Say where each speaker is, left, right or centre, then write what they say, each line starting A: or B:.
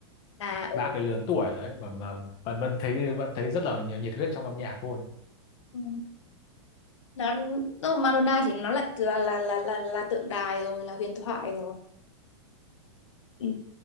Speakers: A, on the left; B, on the left.
A: là ở
B: Bác ấy lớn tuổi đấy mà mà vẫn vẫn thấy vẫn thấy rất là nhiệt nhiệt huyết trong âm nhạc luôn.
A: ừ, nó, nó Madonna thì nó là là là là là, là tượng đài rồi là huyền thoại rồi Ừ.